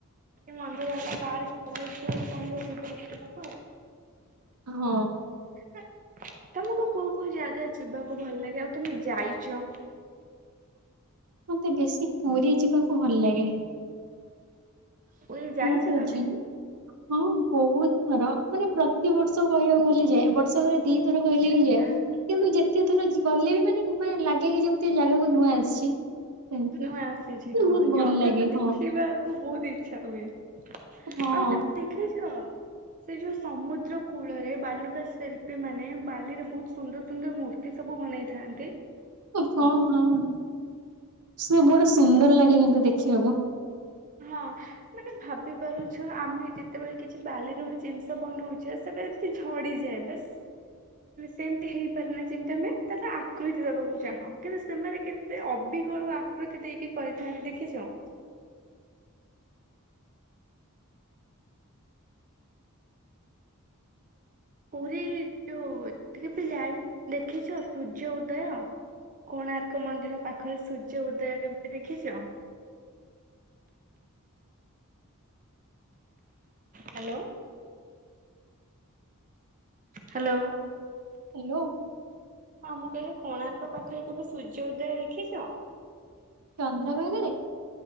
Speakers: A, on the right (about 35°); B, on the right (about 80°).
A: ମନ୍ଦିର ହେଲା ପାର୍ କହିଁ ଯିବ ତ <unintelligible>
B: ହଁ।
A: ହେ ତମକୁ କୋଉ କୋଉ ଜାଗା ଯିବାକୁ ଭଲ ଲାଗେ ଆଉ ତମେ ଯାଇଚ?
B: ମତେ ବେଶୀ ପୁରୀ ଯିବାକୁ ଭଲ ଲାଗେ
A: ପୁରୀ ଯାଇଛ
B: ମତେ
A: ତମେ?
B: ଜିନ୍‌। ହଁ ବହୁତ ଥର ମାନେ ପ୍ରତି ବର୍ଷ କହିବାକୁ ଗଲେ ଯାଏ ବର୍ଷ ଘରେ ଦି ଥର କହିଲେ
A: ଆଚ୍ଛା
B: ବି ଯାଏ କିନ୍ତୁ ଯେତେକେ ଜି ଥର ଗଲେ ବି ମାନେ ଲାଗେ କି ଯେମିତି ଜାଗାକୁ ନୂଆ ଆସିଛି ସେମିତି
A: ମୁଁ ଆସିଛି
B: ନା
A: ହଁ
B: ବହୁତ ଭଲ
A: ଜଗାକୁ
B: ଲାଗେ
A: ଦେଖିବା
B: ହଁ
A: ତ ବହୁତ ଇଛା ହୁଏ ଆଉ
B: ହଁ
A: ତମେ ଦେଖିଛ? ସେ ଯୋଉ ସମୁଦ୍ର କୂଳରେ ବାଲୁକା ଶିଳ୍ପୀ ମାନେ ବାଲି ରେ ବହୁତ ସୁନ୍ଦର ସୁନ୍ଦର ମୂର୍ତ୍ତି ସେ ସବୁ ବନେଇଥାନ୍ତି।
B: ହଁ ହଁ ସେ ବହୁତ ସୁନ୍ଦର ଲାଗେ କିନ୍ତୁ ଦେଖିବାକୁ
A: ହାଁ ମାନେ ଭାବି ପାରୁଛ ଆମେ ଯେତେବେଳେ କିଛି ବାଲିରେ ଗୋଟେ ଜିନିଷ ବନଉଛେ ସେବେ ତ ଝଡିଯାଏ ବାସ୍। ସେମତି ହେଇପାରେ ନା ଯେମତି ଆମେ ତାର ଆକୃତି ଦବାକୁ ଚାହୁଁ କିନ୍ତୁ ସେମାନେ କେତେ ଅବିକଳ ଆକୃତି ଦେଇକି କରିଥାନ୍ତି ଦେଖିଛ? ପୁରୀ ଯୋଉ ଯାଇ ଦେଖିଛ ସୂର୍ଯ୍ୟ ଉଦୟ? କୋଣାର୍କ ମନ୍ଦିର ପାଖରେ ସୂର୍ଯ୍ୟ ଉଦୟ ହେବେ ଦେଖିଛ? Hello hello.
B: ହ୍ୟଲୋ।
A: ହଁ ମୁଁ କହିଲି କୋଣାର୍କ ପାଖରେ କେବେ ସୂର୍ଯ୍ୟ ଉଦୟ ଦେଖିଛ?
B: ଚନ୍ଦ୍ରଭାଗ ରେ